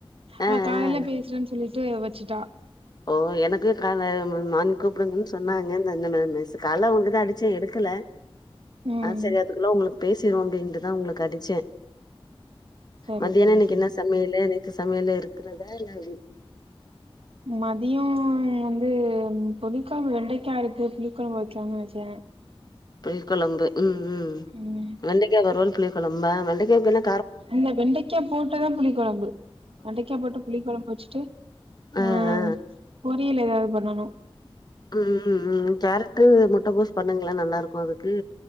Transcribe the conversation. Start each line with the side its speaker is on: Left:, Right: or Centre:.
Left: ஆ
Right: அவ
Left: ஆ
Right: காலையில பேசுறேனு சொல்லிட் ட்டு வச்சுட்டா
Left: ஓ எனக்கு கா நா மானிங் கூப்டுங்கன் சொன்னாங்க மிஸ் கால அவுங்கதா அடிச்சே எடுக்கல
Right: ம்
Left: அ சரி அதுக்குள்ள உங்களுக்கு பேசிருவோ அப்டினுட்டுதா உங்களுக்கு அடிச்சே
Right: சரி
Left: மத்தியான
Right: சரி
Left: இன்னைக்கு
Right: சரி
Left: என்ன சமையலு நேத்து சமையலு இருக்கிறதா இல்ல எப்டி <inaudible>
Right: மதியோ வந்து புளிகொழம்பு வெண்டைக்கா இருக்கு புளிக்கொழம்பு வைக்களான் நெனச்சே
Left: புளிகொழம்பு ம் ம்
Right: ம்
Left: வெண்டைக்கா வருவல் புளிகொழம்பா வெண்டைக்காகு என
Right: இல்ல வெண்டைக்கா போட்டுதா புளிகொழம்பு வெண்டைக்கா போட்டு புளிகொழம்பு வச்சுட்டு
Left: ஆ
Right: அ
Left: ஆ
Right: பொரியல் ஏதாது பண்ணணு
Left: ம் ம் ம் கேரட்டு முட்டகோஸ் பண்ணுங்கள நல்லா இருக்கு அதுக்கு